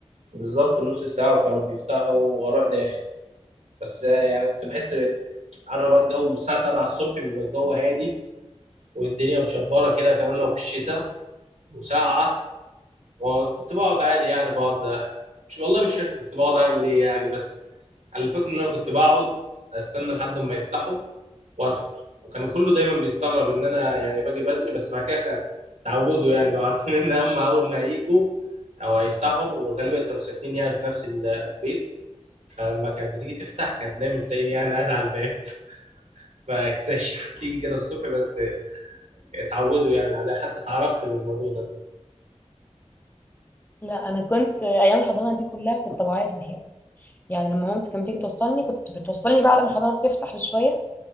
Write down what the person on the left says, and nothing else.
لا أنا كنت أيام الحضانة دي كلها كنت بعيط فيها يعني لما مامتي كانت بتيجي توصلني كنت بتوصلني بعد ما الحضانة بتفتح بشوية